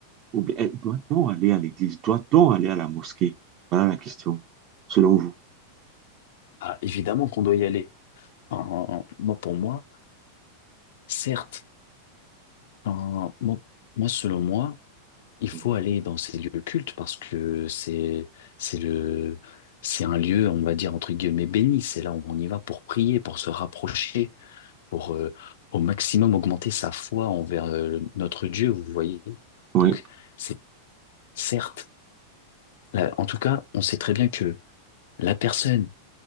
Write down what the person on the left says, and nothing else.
Ah, évidemment qu'on doit y aller. Enfin, moi, pour moi, certes, enfin, moi, moi, selon moi, il faut
aller dans ces lieux cultes parce que c'est, c'est le, c'est un lieu, on va dire, entre guillemets, béni. C'est là où on y va pour prier, pour se rapprocher, pour euh, au maximum augmenter sa foi envers euh, notre Dieu, vous voyez.
Donc, c'est certes, là, en tout cas, on sait très bien que la personne